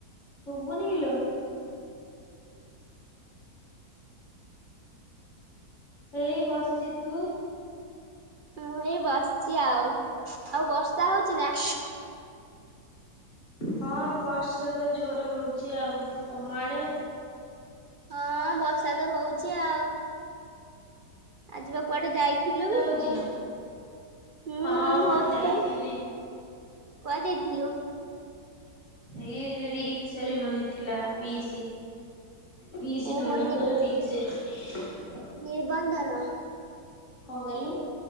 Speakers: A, on the left; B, on the right.
A: ସୁବୁନି କିଲୋ? ହେଇ ବସିଛି ତୁ?
B: ମୁଁ ଏଇ ବସିଛି ଆଉ ଆଉ ବର୍ଷା ହଉଛି ନା?
A: ହଁ ବର୍ଷା ତ ଜୋର ହଉଛି ଆଉ କମ ଆଡେ?
B: ହଁ ବର୍ଷା ତ ହଉଛି ଆଉ। ଆ ଯିବା କୁଆଡେ ଯାଇଥିଲୁ?
A: ଶୁବୁଚି ନା?
B: ହୁଁ
A: ହଁ
B: ହଉଚି
A: ଯାଇଥିଲି।
B: ପା କୁହାଯାଇଥିଲୁ?
A: ଏଇ ରିଙ୍ଗି ସେରିମନି ଥିଲା ପିଇସି ପିଶି
B: ଓହୋ
A: ନଣନ୍ଦର ରିଙ୍ଗି ସେରିମନି।
B: ନିର୍ବନ୍ଧ ନୁହଁ।
A: କଣ କହିଲ?